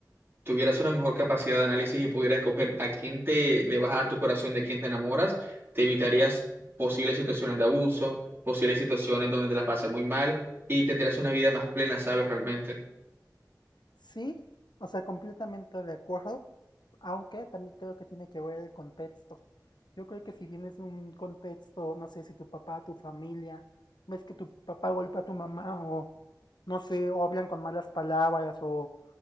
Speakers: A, on the right; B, on the left.
A: tuvieras una mejor capacidad de análisis y pudieras escoger a quién te le vas a dar tu corazón, de quién te enamoras, te evitarías posibles situaciones de abuso, posibles situaciones donde te las pases muy mal y tendrías una vida más plena, ¿sabes? Realmente.
B: Sí, o sea, completamente de acuerdo, aunque también creo que tiene que ver el contexto. Yo creo que si vienes de un contexto, no sé, si tu papá, tu familia, ves que tu papá golpea a tu mamá o no sé, o hablan con malas palabras o